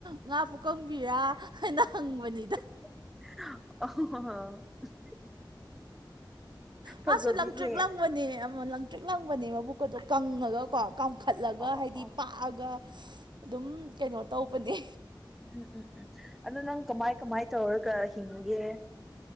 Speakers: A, on the right; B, in the centre.
A: ꯉꯥ ꯄꯨꯀꯪꯡꯕꯤꯔ ꯍꯥꯏꯅ ꯍꯪꯡꯕꯅꯤ
B: <unintelligible>
A: ꯃꯥꯁꯨ
B: ꯐꯖꯕꯤꯅꯦ
A: ꯂꯪꯇ꯭ꯔꯤꯛ ꯂꯪ ꯑꯃꯅꯦ ꯑꯃ ꯂꯪꯡꯇ꯭ꯔꯤꯛ ꯂꯪꯕꯅꯦ ꯃꯕꯨꯛꯀꯗꯣ ꯀꯪꯉꯒ ꯀꯣ ꯀꯥꯝꯈꯠꯂꯒ
B: ꯑꯣ
A: ꯍꯥꯏꯗꯤ
B: ꯑꯣ
A: ꯄꯥꯛꯑꯒ ꯑꯗꯨꯝ ꯀꯩꯅꯣ ꯇꯧꯕꯅꯦ
B: ꯎꯝ ꯎꯝ ꯎꯝ ꯑꯗꯨ ꯅꯪ ꯀꯃꯥꯏ - ꯀꯃꯥꯏ ꯇꯧꯔꯒ ꯍꯤꯡꯉꯨꯒꯦ